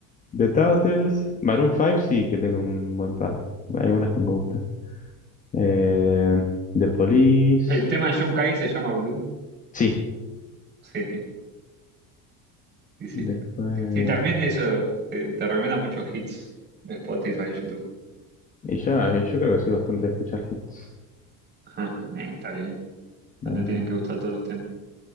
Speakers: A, on the left; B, on the right.
A: The Turtles, Maroon 5 sí que tengo un buen par. Hay algunas que me gustan. Eh, The Police,
B: El tema de John Kay se llama Blue.
A: sí.
B: Sí, <laughs> sí, sí.
A: Después...
B: Sí, también eso te, te recomienda muchos hits de Spotify y YouTube.
A: Y ya, eh, yo creo que soy bastante de escuchar hits,
B: <laughs> Eh, está bien,
A: la
B: no te
A: verdad.
B: tienen que gustar todos los temas.